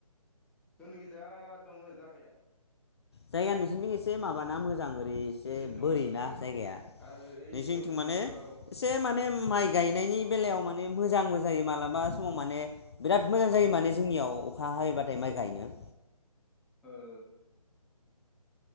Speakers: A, in the centre; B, on the left (about 45°).
A: जोंनि गिजा दंङ जागाया।
B: जायगा नोंसिनिथिं एसे माबाना मोजां ओय से
A: एसे दं
B: बोरि
A: ओ
B: ना जायगाया,
A: आरो ओइ
B: जोंनिथिं
A: बल फिल्डफोराव
B: माने एसे माने माइ गायनायनि बे बेलायाव माने मोजांबो जायो मालाबा समाव माने बिराद मोजां जायो माने जोंनियाव अखा हायोबाथाय माइ गायनो।
A: ओ